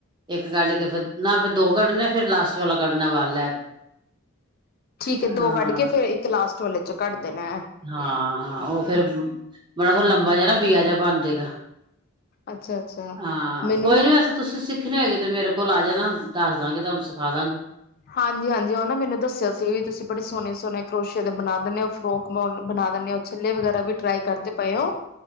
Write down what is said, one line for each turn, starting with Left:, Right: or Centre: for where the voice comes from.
Right: ਇੱਕ ਕੱਢ ਕੇ, ਫਿਰ ਨਾ ਫਿਰ ਦੋ ਕੱਢਣੇ, ਫੇਰ ਲਾਸਟ ਵਾਲਾ ਕੱਢਣਾ ਵਲ ਲੈ ਕੇ।
Left: ਠੀਕ ਹੈ
Right: ਹਾਂ,
Left: ਦੋ ਕੱਢ ਕੇ ਫੇਰ ਇੱਕ ਲਾਸਟ ਵਾਲੇ ਚੋਂ ਕੱਢ ਦੇਣਾ
Right: ਹਾਂ ਹਾਂ
Left: ਹੈ
Right: ਉਹ ਫੇਰ ਮਲਬ ੳਹ ਲੰਬਾ ਜਿਹਾ ਨਾ, ਬੀਆ ਜਿਹਾ ਬਣ ਜਾੇਗਾ,
Left: ਅੱਛਾ ਅੱਛਾ
Right: ਹਾਂ
Left: ਮੈਨੂੰ
Right: ਕੋਈ ਨੀ ਵੈਸੇ ਤੁਸੀਂ ਸਿੱਖਣੇ ਹੋਗੇ ਤੇ ਮੇਰੇ ਕੋਲ ਆ ਜਾਣਾ, ਦੱਸ ਦਾਂਗੇ ਤੁਹਾਨੂੰ ਸਿਖਾ ਦਾਂਗੇ।
Left: ਹਾਂਜੀ ਹਾਂਜੀ ਉਹ ਨਾ ਮੈਨੂੰ ਦੱਸਿਆ ਸੀ ਵੀ, ਤੁਸੀਂ ਬੜੇ ਸੋਹਣੇ ਸੋਹਣੇ ਕਰੋਸ਼ੀਆ ਬਣਾ ਦੇਨੇ ਹੋ, ਫਰੋਕ ਬਣਾ ਦੇਨੇ ਹੋ, ਛੱਲੇ ਵਗੈਰਾ ਵੀ ਟਰਾਈ ਕਰਦੇ ਪਏ ਓ,